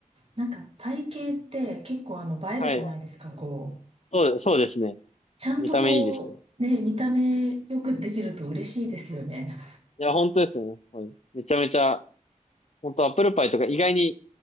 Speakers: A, on the right; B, on the left.
A: なんか体型って結構あの映えるじゃないですか、
B: はい。
A: こう。
B: そう、そうですね。
A: ちゃんとこう、
B: 見た目いいですね。
A: ね、見た目よくできると嬉しいですよね。
B: いや、本当ですね。はい。めちゃめちゃ、本当アップルパイとか意外に、